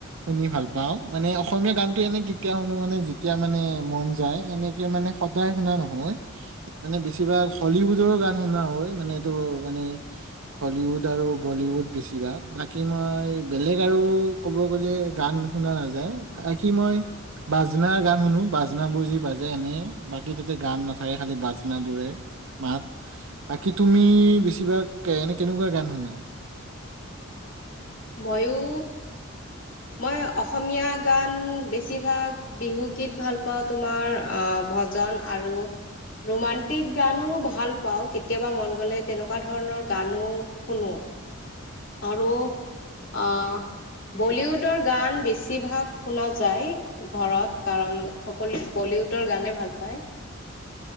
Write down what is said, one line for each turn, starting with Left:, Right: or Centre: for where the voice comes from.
Right: শুনি ভাল পাওঁ। মানে অসমীয়া গানটো এনে কেতিয়া শুনো মানে যেতিয়া মানে মন যায়। এনেকে মানে সদায় শুনা নহয়। মানে বেছিভাগ হলীউডৰো গান শুনা হয় মানে এইটো মানে হলীউড আৰু বলীউড বেছিভাগ বাকী মই বেলেগ আৰু ক'ব গ'লে গান শুনা নাযায়। বাকী মই বাজনাৰ গান শুনো বাজনা বোৰ। যি বাজে এনে বাকী তাতে গান নাথাকে খালি বাজনা বোৰে। মাত বাকী তুমি বেছিভাগ এনে কেনেকুৱা গান শুনা?
Left: ময়ো মই অসমীয়া গান বেছিভাগ বিহুগীত ভাল পাওঁ তোমাৰ অ' ভজন আৰু ৰোমণ্টিক গানো ভাল পাওঁ কেতিয়াবা মন গ'লে তেনেকুৱা ধৰণৰ গানো শুনো। আৰু অ' বলীউডৰ গান বেছিভাগ শুনা যায়। ঘৰত কাৰণ সকলোৱে বলীউডৰ গানে ভাল পায়।